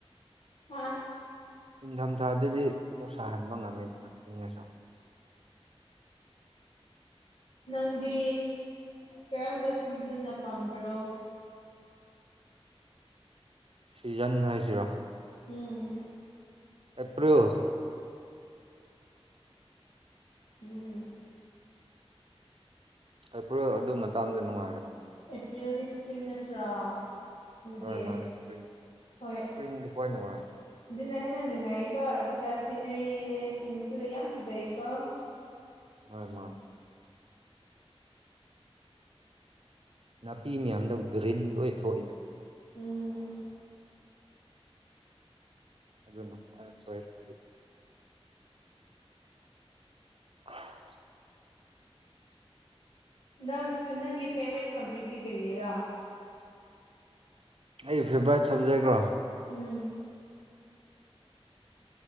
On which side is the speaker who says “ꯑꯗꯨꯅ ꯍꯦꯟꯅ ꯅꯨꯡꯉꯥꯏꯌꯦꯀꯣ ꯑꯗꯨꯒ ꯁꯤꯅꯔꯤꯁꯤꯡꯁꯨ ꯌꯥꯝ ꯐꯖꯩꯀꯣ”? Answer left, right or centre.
Left